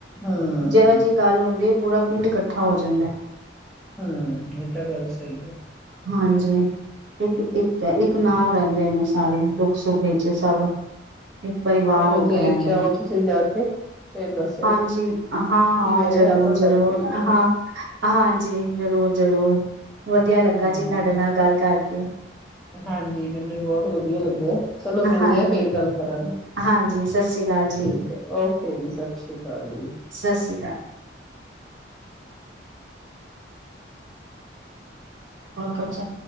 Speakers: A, in the centre; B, on the right.
A: ਹਮ
B: ਜਾਰ ਜੀ ਗੱਲ ਹੁੰਦੀ ਏ ਪੂਰਾ ਪਿੰਡ ਕੱਠਾ ਹੋ ਜਾਂਦੈ
A: ਹੰ ਏ ਤਾਂ ਗੱਲ ਸਈ ਆ
B: ਹਾਂਜੀ ਇੱਕ ਇੱਕ ਇੱਕ ਨਾਲ ਰਹਿੰਦੇ ਨੇ ਸਾਰੇ ਦੁੱਖ ਸੁੱਖ ਵਿਚ ਸਭ ਇੱਕ ਪਰਿਵਾਰ
A: ਚਲੋ
B: ਹੋ ਕੇ
A: ਦੇਖ
B: ਰਹਿੰਦੇ ਨੇ
A: ਆਓ ਤੁਸੀਂ ਜਾ ਕੇ ਫੇਰ ਦੱਸਿਓ
B: ਹਾਂਜੀ ਹਾਂ ਹਾਂ
A: ਕਿਵੇਂ ਰਿਹਾ
B: ਜ਼ਰੂਰ
A: ਤੁਹਾਡਾ
B: ਜ਼ਰੂਰ
A: ਐਕਸਪੀਰੀਅੰਸ
B: ਹਾਂ ਹਾਂਜੀ ਜ਼ਰੂਰ ਜ਼ਰੂਰ ਵਧੀਆ ਲੱਗਾ
A: ਹਮ
B: ਜੀ ਤੁਹਾਡੇ ਨਾਲ ਗੱਲ ਕਰਕੇ
A: ਹਾਂਜੀ ਮੈਨੂੰ ਵੀ ਬਹੁਤ ਵਧੀਆ ਲੱਗ ਆ ਚਲੋ ਮਿਲਦੇ
B: ਹਾਂਜੀ
A: ਆ ਫੇਰ ਗੱਲ ਕਰਾਂਗੇ
B: ਹਾਂਜੀ ਸਤਿ ਸ੍ਰੀ ਅਕਾਲ ਜੀ
A: ਠੀਕ ਹੈ ਓਕੇ ਜੀ ਸਤਿ ਸ੍ਰੀ ਅਕਾਲ ਜੀ
B: ਸਤਿ ਸ੍ਰੀ ਅਕਾਲ ਹਨ ਕਰ ਚ